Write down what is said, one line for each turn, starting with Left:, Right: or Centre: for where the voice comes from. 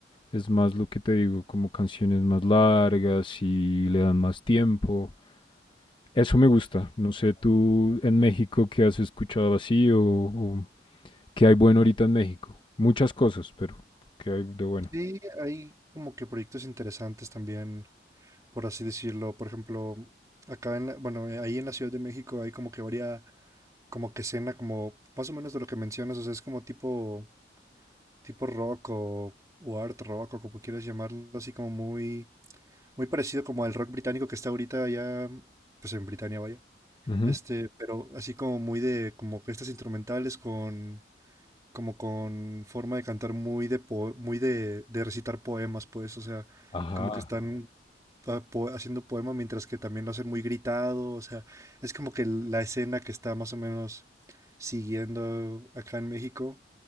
Left: Es más lo que te digo, como canciones más largas y le dan más tiempo. Eso me gusta. No sé, tú en México qué has escuchado así o, o qué hay bueno ahorita en México. Muchas cosas, pero qué hay de bueno.
Right: Sí, hay como que proyectos interesantes también, por así decirlo. Por ejemplo, acá en la- bueno, eh, ahí en la Ciudad de México hay como que varía como que escena como más o menos de lo que mencionas, o sea, es como tipo tipo rock o, o art rock o como quieras llamarlo, así como muy, muy parecido como al rock británico que está ahorita allá, mm, pues en Britania vaya,
Left: Ujú.
Right: este, pero así como muy de, como que estas instrumentales con, como con forma de cantar muy de, po- muy de, de recitar poemas, pues, o sea,
Left: Ajá.
Right: como que están pa- po- haciendo poema mientras que también lo hacen muy gritado, o sea, es como que la escena que está más o menos siguiendo acá en México